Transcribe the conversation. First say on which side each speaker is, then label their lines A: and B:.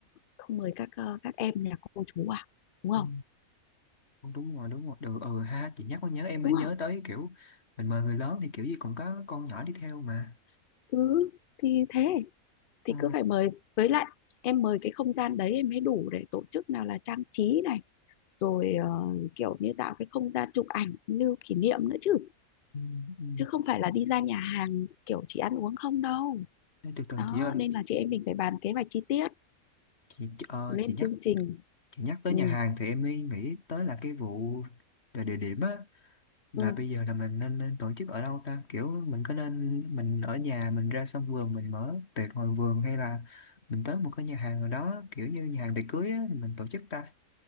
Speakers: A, on the left (about 75°); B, on the left (about 45°).
A: không mời các ờ, các em nhà cô chú à đúng không
B: Ừ, đúng đúng rồi đúng rồi ừ, ừ ha chị nhắc mới nhớ em mới
A: đúng
B: nhớ
A: không
B: tới kiểu mình mời người lớn thì kiểu gì cũng có con nhỏ đi theo mà
A: ừ thì thế thì
B: ừ,
A: cứ phải mời với lại em mời cái không gian đấy em mới đủ để tổ chức nào là trang trí này rồi ờ, kiểu như tạo cái không gian chụp ảnh lưu kỷ niệm nữa chứ
B: ừ, ừ.
A: chứ không phải là đi ra nhà hàng kiểu chỉ ăn uống không đâu
B: Ê, từ từ
A: đó
B: chị ơi
A: nên là chị em mình phải bàn kế hoạch chi tiết
B: chị chị- ờ,
A: lên
B: chị nhắc
A: chương trình
B: chị nhắc tới
A: ừ,
B: nhà hàng thì em mới nghĩ tới là cái vụ về địa điểm á là
A: ừ.
B: bây giờ là mình nên, nên tổ chức ở đâu ta kiểu mình có nên mình ở nhà mình ra sân vườn mình mở tiệc ngoài vườn hay là mình tới một cái nhà hàng nào đó kiểu như nhà hàng tiệc cưới á mình tổ chức ta